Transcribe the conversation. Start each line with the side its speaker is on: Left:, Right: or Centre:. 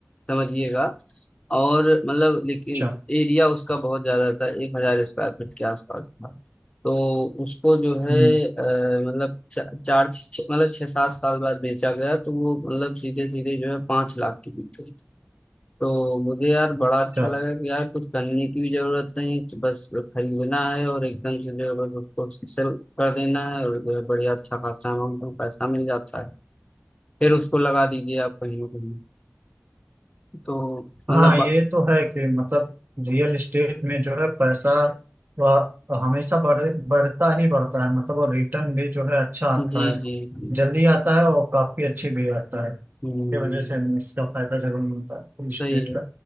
Left: समझिएगा और मतलब लेकिन
Right: अच्छा
Left: एरिया उसका बहुत ज्यादा था एक हजार स्क्वायर फीट के आसपास था तो उसको जो है
Right: हम्म,
Left: अ, मतलब चा, चार छ- मतलब छह सात साल बाद बेचा गया तो वो मतलब सीधे सीधे जो है पांच लाख की बिकी तो मुझे यार बड़ा अच्छा
Right: अच्छा
Left: लगा कि यार कुछ करने की भी जरूरत नहीं तो बस खरीदना है और एकदम से जो है बस उसको सेल कर देना है और जो है बढ़िया अच्छा खासा अमाउंट में पैसा मिल जाता है फिर उसको लगा दीजिए आप कहीं ना कहीं तो मतलब
Right: हाँ ये
Left: ब-
Right: तो है कि मतलब रियल एस्टेट में जो है पैसा वह हमेशा बढ़ बढ़ता ही बढ़ता है मतलब और रिटर्न भी जो है अच्छा आता
Left: जी
Right: है
Left: जी जी,
Right: जल्दी आता है और काफी अच्छी भी आता है इसकी
Left: हम्म
Right: वजह से हमें इसका फायदा जरूर मिलता है रियल एस्टेट
Left: सही है
Right: का